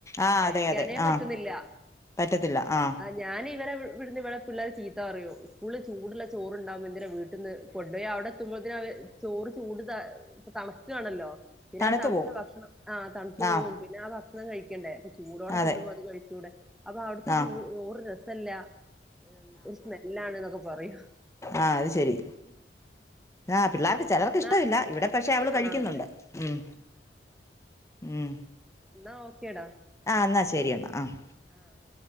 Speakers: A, on the left (about 15°); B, in the centre.
A: ആ
B: കഴിക്കാനേ
A: അതെ അതെ
B: പറ്റുന്നില്ല
A: ആ പറ്റത്തില്ല ആ
B: അ ഞാനിവരെ വിടു വിടുന്ന് ഇവിടെ പിള്ളേരെ ചീത്ത പറയും സ്കൂളിൽ ചൂടുള്ള ചോറുണ്ടാവുമ്പോ എന്തിനാ വീട്ടിന്ന് കൊണ്ടോയി അവിടെ എത്തുമ്പോഴ്ത്തിന് അവ ചോറ് ചൂട് ത തണ്ക്കാണല്ലോ പിന്നാ
A: തണുത്ത്
B: തണുത്ത
A: പോവും
B: ഭക്ഷണം ആഹ് തണുത്തു
A: ആ
B: പോവും പിന്നാ ഭക്ഷണം കഴിക്കണ്ടേ പ്പൊ ചൂടോടെ
A: അതെ
B: കിട്ടുമ്പോ അത് കഴിച്ചൂടെ അപ്പൊ അവിട്ത്തെ
A: ആ
B: ചൂ ചോറ് രസല്ല ഒരു സ്മെല്ലാണ്ന്നൊക്കെ പറയും
A: ആഹ് അത് ശരി ആഹ് പിള്ളാർ ചെലർക്കിഷ്ടമില്ല
B: എന്നാ
A: ഇവിടെ പക്ഷെ അവള്
B: ആഹ്
A: കഴിക്കുന്നുണ്ട്
B: അതെ
A: ഉം ഉം
B: ന്നാ ഓക്കേടാ
A: ആഹ് എന്നാ ശരിയെന്നാ ആഹ്
B: ആഹ്